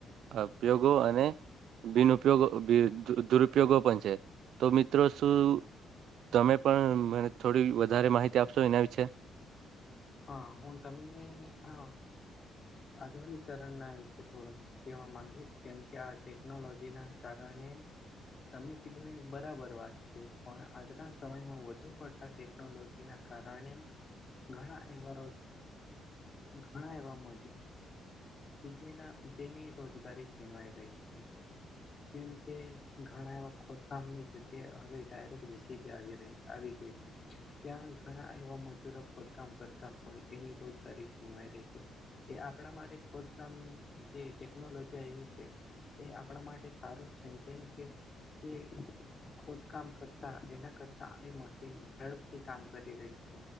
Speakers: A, on the right; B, on the left.
A: ઉપયોગો અને બિનુ ઉપયોગો દુરુપયોગો પણ છે તો મિત્રો શું તમે પણ મને થોડી વધારે માહિતી આપશો એના વિશે
B: હા હું તમને હ આધુનકરણના વિશે્ય થોડું કેવા માંગીશ કે કે આ ટેકનોલોજી ના કારણે તમે કીધો એ બરાબર વાત છે પણ આજના સમયમાં વધુ પડ ટેકનોલોજી ના કારણે ઘણા અવારો ઘણા એવા મ જેના જેની રોજગારી છીનવાઈ રહી છે. જેમ કે ઘણા એવા ખોથામની જગ્યા હવે ડાયરેક્ટ જીસીબી આવી રહી આવી ગઈ. ત્યાં ઘણા એવા મજૂરો ખદકામ કરતા હોય એની રોજગારી છીનવાય રહી છે કે આપણા માટે ખોદામ જે ટેકનોલોજી આવી છે એ આપણા માટે સારું જ છે જેમ કે જે ખોદકામ કરતા એના કરતા એ મશીન ઝડપથી કામ કરી રહી છે